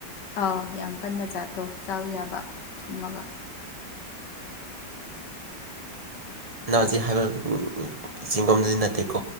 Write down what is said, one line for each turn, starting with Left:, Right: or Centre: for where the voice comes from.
Left: ꯑꯥꯎ ꯌꯥꯝ ꯀꯟꯕ ꯆꯥꯠꯇꯣ ꯆꯥꯎ ꯌꯥꯕ ꯊꯨꯝꯃꯒ
Right: ꯅꯅꯥꯎ ꯍꯧꯖꯤꯛ ꯍꯥꯏꯕ ꯆꯤꯡꯒꯣꯝꯗꯨꯗꯤ ꯅꯠꯇꯦꯀꯣ